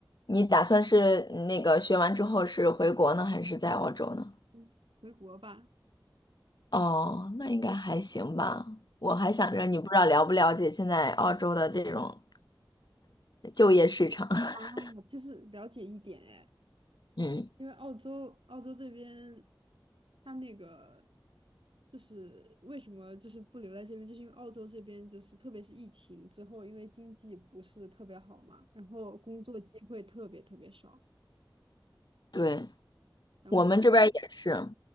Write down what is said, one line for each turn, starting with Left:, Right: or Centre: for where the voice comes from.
Left: 你打算是那个学完之后是回国呢，还是在澳洲呢？
Right: 嗯，回国吧。
Left: 哦，那应该还行吧。我还想着你不知道了不了解现在澳洲的这种就业市场。<laughs>
Right: 啊，就是了解一点哎，
Left: 嗯，
Right: 因为澳洲澳洲这边，它那个就是为什么就是不留在这边，就是因为澳洲这边就是特别是疫情之后，因为经济不是特别好嘛，然后工作机会特别特别少，
Left: 对，
Right: 然后
Left: 我们这边儿也是。